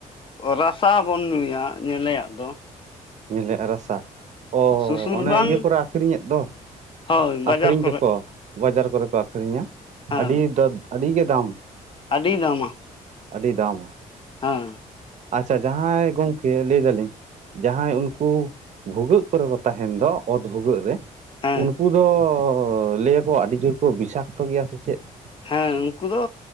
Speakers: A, on the left; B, on the right.
A: ᱨᱟᱥᱟ ᱵᱚᱱ ᱧᱩᱭᱟ ᱧᱮᱞᱮᱭᱟᱜ ᱫᱚ ᱾
B: ᱧᱮᱞᱮᱟᱜ ᱨᱟᱥᱟ ᱾ <inaudible> ᱚ
A: ᱥᱩᱥᱩᱨ
B: ᱚᱱᱮ
A: ᱵᱟᱝ
B: ᱤᱭᱟᱹ ᱠᱚᱨᱮ ᱟᱠᱷᱨᱤᱧᱮᱫ ᱫᱚ ᱾
A: ᱦᱳᱭ ᱵᱟᱡᱟᱨ
B: ᱟᱠᱷᱨᱤᱧ
A: ᱠᱚᱨᱮ
B: ᱛᱮᱠᱚ ᱵᱟᱡᱟᱨ ᱠᱚᱨᱮ ᱠᱚ ᱟᱠᱷᱨᱤᱧᱟ
A: ᱦᱮᱸ
B: ᱟᱹᱰᱤ ᱫᱚᱨ ᱟᱹᱰᱤ ᱜᱮ ᱫᱟᱢ ᱾
A: ᱟᱹᱰᱤ ᱫᱟᱢᱟ ᱾
B: ᱟᱹᱰᱤ ᱫᱟᱢᱟ ᱾
A: ᱦᱮᱸ ᱾
B: ᱟᱪᱪᱷᱟ ᱡᱟᱦᱟᱸᱭ ᱜᱚᱝᱠᱮ ᱞᱟᱹᱭ ᱮᱫᱟᱞᱤᱧ ᱡᱟᱦᱟᱸᱭ ᱩᱱᱠᱩ ᱵᱷᱩᱜᱟᱹᱜ ᱠᱚᱨᱮ ᱠᱚ ᱛᱟᱦᱮᱱ ᱫᱚ ᱚᱛ ᱵᱷᱩᱜᱟᱹᱜ ᱨᱮ
A: ᱦᱮᱸ
B: ᱩᱱᱠᱩ ᱫᱚᱻ ᱞᱟᱹᱭᱟᱠᱚ ᱟᱹᱰᱤ ᱡᱳᱨ ᱠᱚ ᱵᱤᱥᱟᱠᱛᱚ ᱜᱮᱭᱟ ᱥᱮ ᱪᱮᱫ ᱾
A: ᱦᱮᱸ ᱩᱱᱠᱩ ᱫᱚᱻ